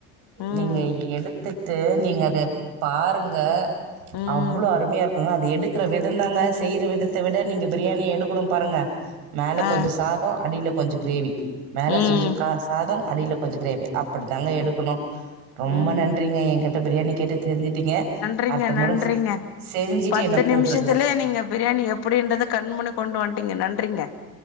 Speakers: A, on the left (about 60°); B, on the right (about 80°).
A: ம்
B: நீங்க எ த்துட்டு நீங்க அத பாருங்க
A: ம்
B: அவ்ளோ அருமையாருக்குங்க அத எடு க்ற விதோ தாங்க செய்ற விதத்த விட நீங்க பிரியாணி எடுக்கணு பாருங்க மேல
A: ஆ
B: கொஞ்சோ சாதோ அடில கொஞ்சோ க்ரேவி மேல
A: ம்
B: சொஞ்ச கா சாதோ அடில கொஞ்சோ க்ரேவி அப்டித்தாங்க எடுக்கணு
A: ம்
B: ரொம்ப
A: ம்
B: நன்றிங்க என்கிட்ட பிரியாணி கேட்டு தெரிஞ்சுட்டீங்க
A: றிங்க
B: அடுத்த
A: நன்றிங்க
B: முற செஞ்சுட்டு
A: பத்து
B: என்ன கூப்பிடுங்க
A: நிமிஷத்துலே நீங்க பிரியாணி எப் டின்றது கண்முன்னே கொண்டு வந்துட்டீங்க நன்றிங்க